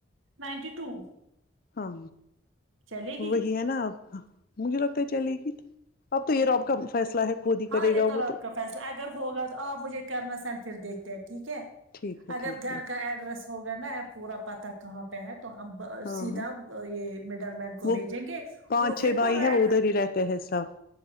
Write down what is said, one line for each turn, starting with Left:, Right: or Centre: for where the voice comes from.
Right: نائنٹی ٹو
Left: ہاں
Right: چلے گی
Left: وہی ہے نا آپ مجھے لگتا ہے چلے گی اب تو یہ رب کا فیصلہ ہے خود ہی
Right: ہاں
Left: کرے
Right: یہ
Left: گا
Right: تو
Left: وہ
Right: رب کا فیصلہ اگر ہوگا تو آپ مجھے کرنا سینڈ پھر دیکھتے ہیں ٹھیک ہے
Left: ٹھیک ہے
Right: اگر
Left: ٹھیک
Right: گھر
Left: ہے
Right: کا ایڈریس ہوگا نا پورا پتا کہاں پہ ہے تو ہم
Left: ہاں
Right: سیدھا یہ مڈل مین کو
Left: وہ
Right: بھیجیں گے
Left: پانچ
Right: وہ
Left: چھ
Right: پھر
Left: بائی
Right: پورا
Left: ہیں وہ
Right: ایڈریس
Left: ادھر ہی رہتے ہیں سب